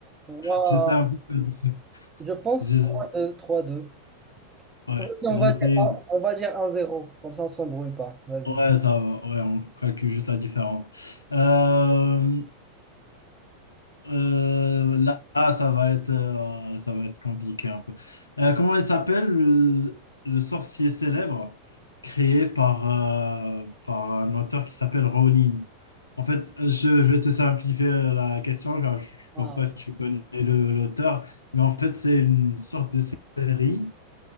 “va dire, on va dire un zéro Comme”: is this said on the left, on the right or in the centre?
Right